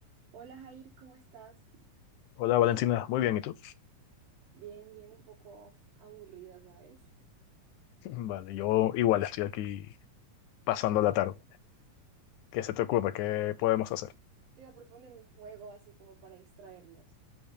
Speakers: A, on the right; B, on the left.
A: Hola Jair, ¿cómo estás?
B: Hola Valentina, muy bien, ¿y tú?
A: Bien, bien, un poco aburrida, ¿sabes?
B: <laughs> Vale, yo igual estoy aquí pasando la tarde. ¿Qué se te ocurre? ¿Qué podemos hacer?
A: Te iba a proponer un juego así como para distraernos,